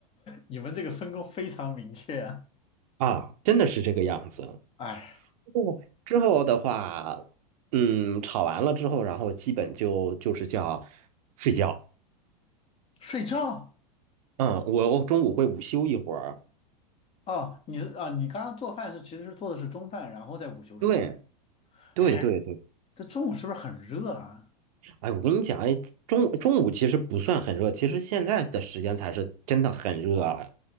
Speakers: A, on the left; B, on the right.
A: 你们这个分工非常明确啊。
B: 啊，真的是这个样子。
A: 哎，
B: 后之后的话，嗯，吵完了之后，然后基本就就是叫睡觉。
A: 睡觉
B: 嗯，我中午会午休一会儿。
A: 哦，你是啊，你刚刚做饭是其实是做的是中饭，然后再午休是吧？
B: 对，对，
A: 哎，
B: 对，对。
A: 这中午是不是很热啊？
B: 哎，我跟你讲，哎，中中午其实不算很热，其实现在的时间才是真的很热啊。